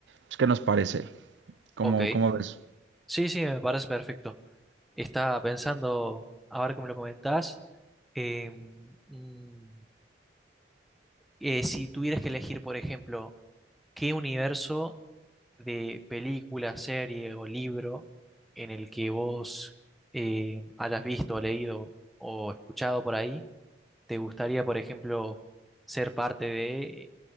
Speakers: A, on the right (about 80°); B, in the centre.
A: pues, qué nos parece, cómo,
B: Ok.
A: cómo ves.
B: Sí, sí, me parece perfecto. Estaba pensando, ahora que me lo comentás, eh, mm, eh, si tuvieras que elegir, por ejemplo, qué universo de película, serie o libro en el que vos eh, hayas visto, leído o escuchado por ahí, te gustaría, por ejemplo, ser parte de